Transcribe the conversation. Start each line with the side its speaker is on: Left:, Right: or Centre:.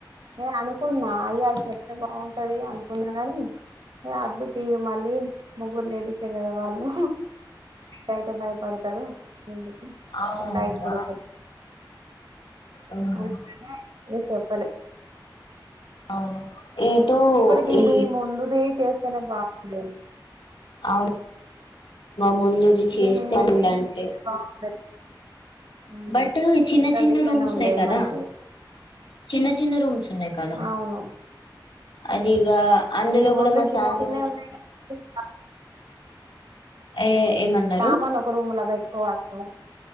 Right: నే అనుకున్నా అయ చెప్తే బాగుంటది అనుకున్నని న అర్దు తీగి మళ్ళీ ముగ్గురు లేడీసే కదా వాళ్ళు ఆయియితే బయ పడుతారు ఎందుకు
Left: అవునా
Right: ఆ లైట్ కూడా
Left: ఉమ్,
Right: <inaudible> ఏ చెప్పలే
Left: అవును ఇటు
Right: ఇప్పటికి
Left: ఈ
Right: మీ ముందుది చే బలే
Left: అవును ముందు ఇది చేస్తానుంటే
Right: గీ మీ ముందుది చేస్తే బాగుండేది ఉమ్
Left: బట్ చిన్న
Right: ఇక్కడిది
Left: చిన్న
Right: ఇక్కడనే
Left: రూమ్స్
Right: ఉండేది
Left: లే కదా
Right: మంచిగా
Left: చిన్న చిన్న రూమ్ షమ కాద
Right: అవును
Left: అది ఇకా అందులో
Right: ఈ ముందు
Left: కూడా మా
Right: చిన్న
Left: సామాన్
Right: చిన్నవి ఉన్నాయి కదా,
Left: ఏ ఏమన్నారు
Right: సామాన్ ఒక రూమ్ లో బెట్ కోలాటం